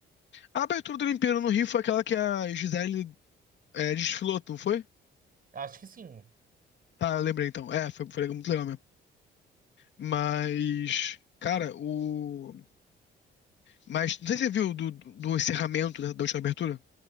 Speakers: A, on the left; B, on the right.
A: A abertura da Olimpíada no Rio foi aquela que a Gisele É, desfilou, não foi?
B: Acho que sim.
A: Tá, lembrei então. É, foi, foi muito legal mesmo. Mas, cara, o. Mas, não sei se você viu do, do encerramento da, da última abertura.